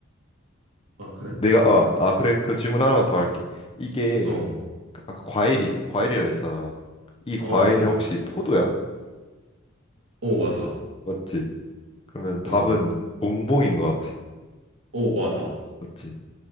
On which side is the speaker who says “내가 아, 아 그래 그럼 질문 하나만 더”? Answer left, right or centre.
Left